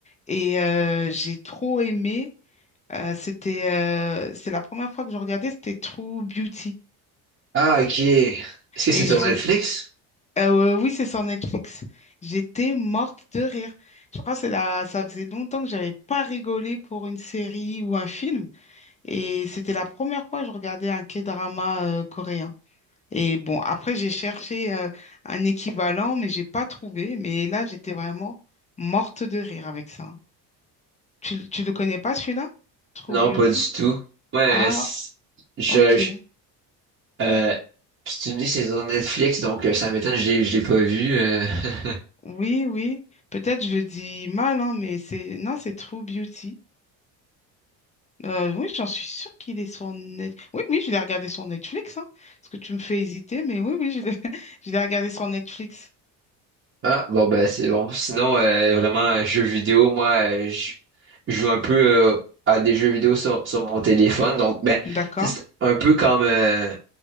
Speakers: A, on the left; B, on the right.
A: et euh, j'ai trop aimé. Euh, c'était, euh, c'est la première fois que je regardais, c'était True Beauty.
B: Ah, ok. Est-ce que c'est
A: Et
B: sur
A: j'ai,
B: Netflix?
A: euh, ouais, ouais, oui, c'est sur Netflix. J'étais morte de rire. Je crois que c'est la, ça faisait longtemps que j'avais pas rigolé pour une série ou un film. Et c'était la première fois que je regardais un K-drama, euh, coréen. Et bon, après, j'ai cherché, euh, un équivalent, mais j'ai pas trouvé. Mais là, j'étais vraiment morte de rire avec ça. Tu, tu le connais pas, celui-là? True
B: Non,
A: Beauty?
B: pas du tout. Ouais,
A: Ah,
B: c'est- je,
A: ok.
B: je- euh, si tu me dis que c'est sur Netflix, donc euh, ça m'étonne, je l'ai, je l'ai pas vu. euh. <laughs>
A: Oui, oui. Peut-être je le dis mal, hein, mais c'est non, c'est True Beauty. Euh, oui, j'en suis sûre qu'il est sur Net... Oui, oui, je l'ai regardé sur Netflix, hein, parce que tu me fais hésiter, mais oui, oui, je l'ai <laughs> je l'ai regardé sur Netflix.
B: Ah, bon, ben, c'est bon. Sinon, euh, vraiment, euh, jeux vidéo, moi, euh, je je joue un peu euh, à des jeux vidéo sur, sur mon téléphone. Donc, ben,
A: D'accord.
B: tu sais, c'est un peu comme, euh,